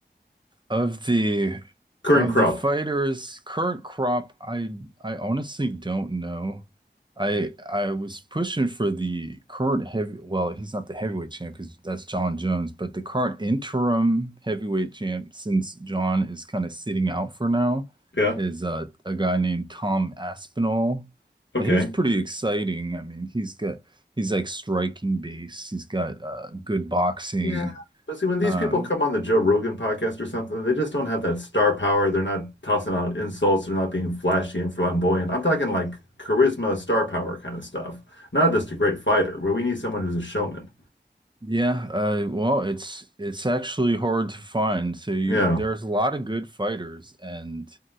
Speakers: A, on the right (about 25°); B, on the left (about 75°).
A: of the
B: Current
A: of
B: crop.
A: the fighters current crop, I I honestly don't know. I I was pushing for the current heavy. Well, he's not the heavyweight champ because that's John Jones, but the current interim heavyweight champ, since John is kind of sitting out for now,
B: Yeah.
A: is uh, a guy named Tom Aspinall,
B: Okay.
A: and he's pretty exciting. I mean, he's got he's like striking base. He's got uh, good boxing.
B: Yeah. But see, when these
A: Um,
B: people come on the Joe Rogan podcast or something, they just don't have that star power. They're not tossing out insults. They're not being flashy and flamboyant. I'm talking like charisma, star power kind of stuff. Not just a great fighter, but we need someone who's a showman.
A: Yeah, uh, well, it's it's actually hard to find. So you,
B: Yeah.
A: there's a lot of good fighters, and